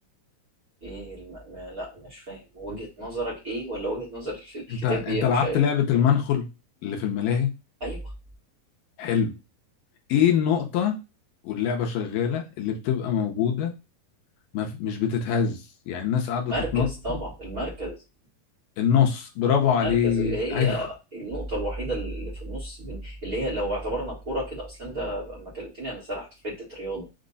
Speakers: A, on the right; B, on the left.
A: ايه الم... ما... لا مش فاهم وجهة نظرك ايه ولا وجهة نظر الف- الكتاب
B: انت انت
A: ايه أنا
B: لعبت
A: مش عارف
B: لعبة المنخل اللي في الملاهي
A: ايوه
B: حلو ايه النقطة واللعبة شغالة اللي بتبقى موجودة ما ف- مش بتتهز يعني الناس قاعدة
A: المركز
B: تتنطط
A: طبعا المركز
B: النص برافو
A: المركز
B: عليك
A: اللي هي
B: <laughs> ايوه
A: النقطة الوحيدة اللي في النص بين... اللي هي لو اعتبرنا الكورة كده اصلا انت لما كلمتني انا سرحت في حتة رياضة